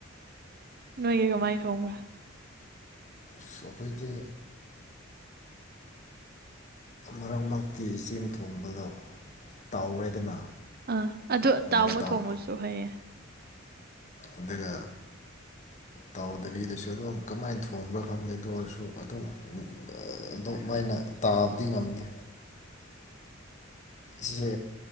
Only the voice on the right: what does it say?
ꯅꯣꯏꯒꯤ ꯀꯃꯥꯏꯅ ꯊꯣꯡꯕ꯭ꯔꯥ
ꯑꯥ ꯑꯗꯨ ꯇꯥꯎꯕ
ꯊꯣꯡꯕꯁꯨ ꯍꯩꯌꯦ